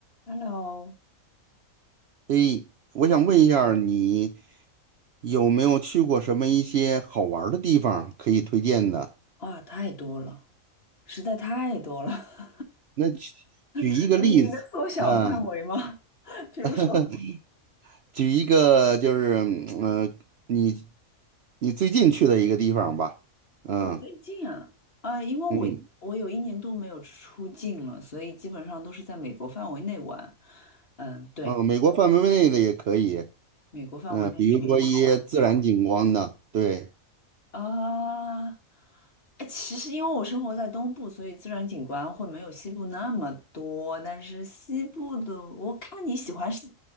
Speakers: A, on the left; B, on the right.
A: Hello，
B: 诶，我想问一下儿你有没有去过什么一些好玩儿的地方可以推荐的？
A: 啊，太多了，实在太多了。
B: 那举举一个例子，
A: <laughs> 你你能缩小范围吗？
B: 嗯，
A: <laughs> 比如说
B: <laughs> 举一个就是，嗯呃你你最近去的一个地方吧，
A: <laughs>，
B: 嗯
A: 哦，最近啊，啊，因为我我有一年多没有出境了，
B: 嗯，
A: 所以基本上都是在美国范围内玩。嗯，对，
B: 啊，美国范围内的也可以，
A: 美国范围内也没什么好玩。
B: 嗯，比如说一些自然景观的，对
A: 啊，哎，其实因为我生活在东部，所以自然景观会没有西部那么多。但是西部的，我看你喜欢是